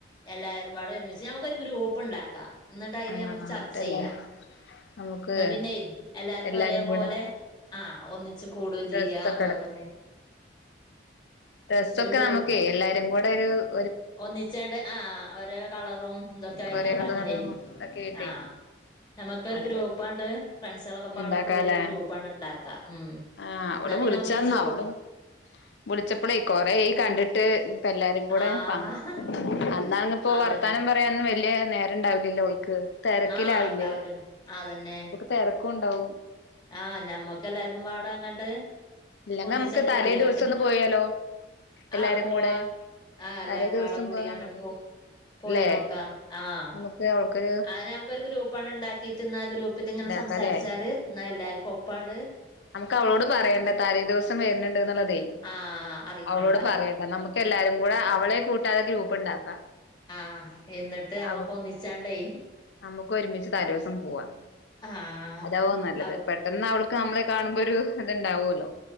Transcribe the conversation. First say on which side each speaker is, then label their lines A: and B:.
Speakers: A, on the left (about 25°); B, on the left (about 70°).
A: എല്ലാരുംപാടെ ഒരുമിച്ച് ഞമ്മക്കൊരു ഗ്രൂപ്പ് ഇണ്ടാക്ക ഇന്നിട്ട് അയില്
B: ആഹ്
A: ഞമ്മക്ക് ചർച്ചെയ്യ
B: എന്നിട്ടല്ലേ നമുക്ക്
A: ഇന്ന പിന്നെയ് എല്ലാർക്കു
B: എല്ലാരും
A: ഒരേ പോലെ
B: കൂടെ
A: ആഹ് ഒന്നിച്ച് കൂടും
B: ഡ്രസ്സൊക്കെ
A: ചിയ്യാ അതെന്നെ
B: ഡ്രെസ്സൊക്ക
A: ഗ്രൂപ്പ്
B: നമ്മക്കെ എല്ലാരു കൂട ഒരൂ
A: ഒന്നിച്ചാണ്ട് ആഹ് ഒരേ കളറും ഇതൊക്കായിങ്ങാണ്ട്
B: കൊറേ കളറും
A: അങ്ങനെ
B: ഒക്കെ ആയിട്ടേ
A: ആഹ് ഞമക്ക് ഒരു
B: അങ്ങനെ
A: ഗ്രൂപ്പണ്ട് ഫ്രണ്ട്സുകളൊക്കെ പാട
B: ഇണ്ടാക്കാലേ
A: കൂടിയൊ ഒരു ഗ്രൂപ്പാണ് ഉണ്ടാക്കുക ഉം
B: ആഹ് അവള്
A: എന്നാ പിന്നെ
B: വിളിച്ചാർന്നു
A: ഒന്നിച്ച് പോ
B: അവളും വിളിച്ചപ്പളേ കൊറെയി കണ്ടിട്ട് ഉം ഇപ്പ എല്ലാരും കൂടെ
A: ആഹ്
B: പ്പം അന്നാ അങ്ങ് ഇപ്പോ
A: അതന്നെ
B: വർത്താനം പറയാന്ന് വലിയ നേ രണ്ടാവില്ലല്ലോ ഓൾക്ക് തിരക്കിലാവില്ലേ
A: ആഹ് ഉണ്ടാവൂലേ അതന്നെ
B: തിരക്കും ഉണ്ടാവും
A: ആഹ് ഞമ്മക്ക് എല്ലാർക്കും പാട അങ്ങട്ട്
B: ഇല്ലെങ്ക
A: ഒന്നിച്ചാണ്
B: നമുക്ക് തലേ
A: കൂടിങ്ങാണ്ട്
B: ദിവസം ഒന്ന് പോയാലോ എല്ലാരും
A: ആഹ് പോവാ
B: കൂടെ
A: ആഹ് എല്ലാരും
B: തലേ ദിവസം
A: വാള കൂടിയാണ്ട്
B: പോവാ
A: പോ പോയി
B: ല്ലേ
A: നോക്കാം ആഹ്
B: നമുക്ക് ഓൾക്കൊരു
A: അത് നമുക്കൊരു ഗ്രൂപ്പാണ് ഉണ്ടാക്കിട്ട് ഇന്ന ഗ്രൂപ്പിൽ ഇങ്ങനെ
B: ഉണ്ടാക്കാല്ലേ
A: സംസാരിച്ചാല് എന്നാ എല്ലാവർക്കും ഒപ്പണ്ട്
B: നമുക്ക് അവളോട് പറയേണ്ട താലേ ദിവസം വരുന്നുണ്ട് എന്നുള്ളതേ
A: ആഹ് അറിയിക്കണ്ട
B: അവളോട് പറയണ്ട നമുക്ക് എല്ലാരും കൂടെ അവളെ കൂട്ടാതെ ഗ്രൂപ്പ് ഉണ്ടാക്കാം
A: ആഹ് എന്നിട്ട് നമ്മക്ക്
B: അവ
A: ഒന്നിച്ചാണ്ടേ
B: നമുക്ക് ഒരുമിച്ച് തലേവസം പോവാ
A: ആഹ്
B: അതാവോ നല്ലത്
A: അവ
B: പെട്ടെന്ന് അവൾക്ക് നമ്മളെ കാണുമ്പോ ഒരു ഇത്ണ്ടാവുല്ലോ